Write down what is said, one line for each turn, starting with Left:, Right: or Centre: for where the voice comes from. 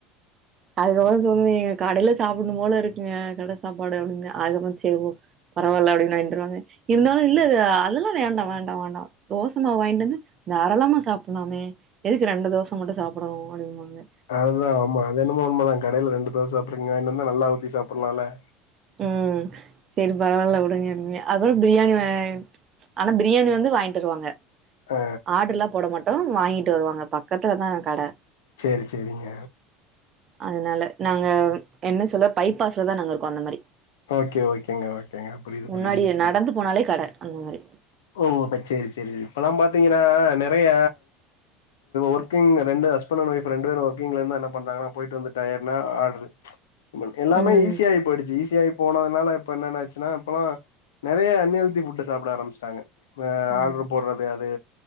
Right: அதுக்கப்பறோ சொல்லுவேங்க கடைல சாப்புட்னு போல இருக்குங்க கட சாப்பாடு அப்டின்னு அதுவு சேரி போ பரவால அப்டின்னு வாங்கிட்டு வருவாங்க இருந்தாலு இல்ல அதெல்லா வேண்டா வேண்டா வேண்டா அட மாவு வாங்கிட்டு வந்து தாராளமா சாப்புல்லாமே எதுக்கு ரெண்டு தோச மட்டு சாப்படணு அப்டிபாங்க
Left: அதுதா ஆமா அது என்னமோ உண்மதா கடைல ரெண்டு தோச சாப்டுறீங்க இங்க வாங்கிட்டு வந்தா நல்லா ஊத்தி சாப்பட்லால
Right: ம் சேரி பரவால உடுங்கெங்க அவரு பிரியாணி வா ஆனா பிரியாணி வந்து வாங்கிட்டு வருவாங்க
Left: ஆ
Right: ஆர்டர்லா போட மாட்டோ வாங்கிட்டு வருவாங்க பக்கத்துலதா கட
Left: சேரி சேரிங்க
Right: அதனால நாங்க என்ன சொல்ல பைப்பாஸ்ல தா நாங்க இருக்கோ அந்த மாரி
Left: ஓகே ஓகேங்க ஓகேங்க புரியுது
Right: முன்னாடி
Left: புரியுது
Right: நடந்து போனாலே கட அந்த மாரி
Left: ஓ அப்ப சேரி சேரி இப்பெல்லா பாத்தீங்கன்னா நறைய வர்க்கிங் ரெண்டு ஹஸ்பண்ட் அண்ட் வய்ஃப் ரெண்டு பேரு வர்க்கிங்ல இருந்தா என்ன பண்றாங்கனா போய்ட்டு வந்து டயர்டு னா ஆர்டு உங்களுக்கு எல்லாமே
Right: ம்
Left: ஈஸி ஆயி போய்டுச்சி ஈ த்தி ஆயி போனதுனால இப்ப என்னன்ன ஆச்சுன்னா இப்பல்லா நறையா அன்ஹெல்த்தி ஃபுட்ட சாப்பட ஆரம்புச்ட்டாங்க மே
Right: ம்
Left: ஆர்டர் போட்ற முடியாது